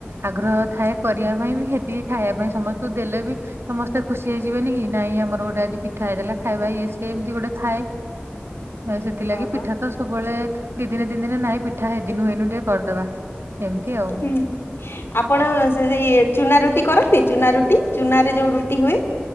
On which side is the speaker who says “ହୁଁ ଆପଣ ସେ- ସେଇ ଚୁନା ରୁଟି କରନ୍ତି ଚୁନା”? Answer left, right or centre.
Left